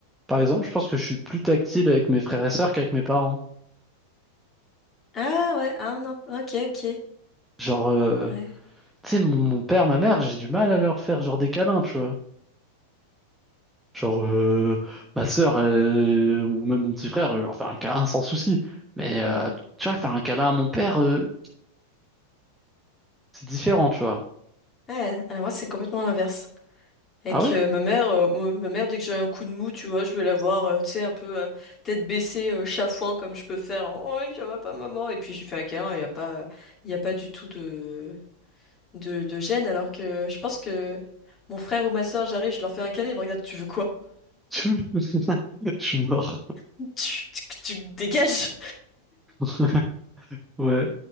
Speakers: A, in the centre; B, on the left.
A: par exemple, je pense que je suis plus tactile avec mes frères et sœurs qu'avec mes parents.
B: Ah ouais, ah non, ok, ok.
A: Genre, euh,
B: Ouais.
A: tu sais, mon, mon père, ma mère, j'ai du mal à leur faire genre des câlins, tu vois. Genre, euh, ma sœur euh, ou même mon petit frère, je leur fais un câlin sans souci. Mais euh,
B: Mm.
A: tu vois, faire un câlin à mon père, euh, c'est différent, tu vois.
B: Ouais, ah, moi c'est complètement l'inverse. Avec
A: Ah ouais?
B: euh, ma mère, euh, ouais, ma mère, dès que j'ai un coup de mou, tu vois, je vais la voir, euh, tu sais, un peu euh, tête baissée, euh, chafouin, comme je peux faire. Oh, ça va pas, maman. Et puis j'ai fait un câlin, il n'y a pas, il y a pas du tout de, de, de gêne. Alors que je pense que mon frère ou ma soeur, j'arrive, je leur fais un câlin, ils me regardent, tu veux quoi?
A: <laughs> Je suis mort.
B: <laughs> Tu, tu, tu me dégages!
A: <laughs> Ouais.